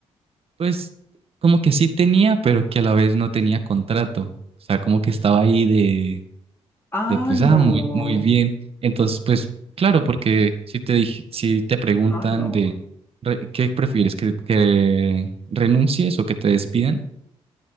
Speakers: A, on the right; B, on the left.
A: pues como que sí tenía, pero que a la vez no tenía contrato, o sea, como que estaba ahí de
B: Ah,
A: pues,
B: no,
A: ah, muy, muy bien. Entonces, pues, claro, porque si te dije, si te preguntan
B: ah, no.
A: de re- qué prefieres, que, que renuncies o que te despidan,